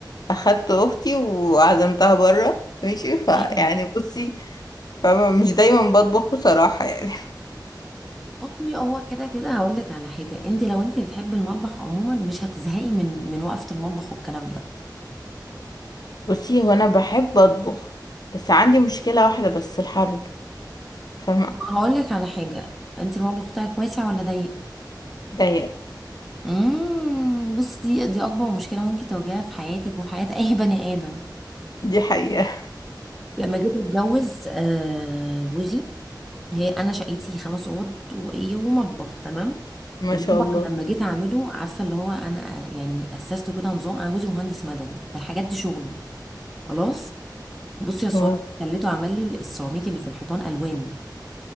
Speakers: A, on the left; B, in the centre.
A: اخدت اختي وعزمتها بره ماشي فيعني
B: تمام.
A: بصي فمش دايما بطبخ بصراحه يعني
B: طبيعي هو كده كده هقول لك على حاجه انت لو انت بتحبي المطبخ عموما مش هتزهقي من من وقفه المطبخ والكلام ده
A: <laughs> بصي هو انا بحب اطبخ بس عندي مشكله واحده بس الحر فاهمه
B: هقول لك على حاجه انت المطبخ بتاعك واسع ولا ضيق
A: ضيق
B: امم بص دي دي اكبر مشكله ممكن تواجهها في حياتك وفي حياه اي بني ادم
A: دي حقيقه
B: لما جيت اتجوز آه جوزي هي انا شقتي خمس اوض وايه ومطبخ تمام
A: <laughs> ما
B: المطبخ
A: شاء الله
B: لما جيت اعمله عارفه اللي هو انا آه، يعني اسسته كده نظام انا جوزي مهندس مدني فالحاجات دي شغله خلاص بصي يا صاحبي
A: أوه.
B: خليته عمل لي السيراميك اللي في الحيطان الوان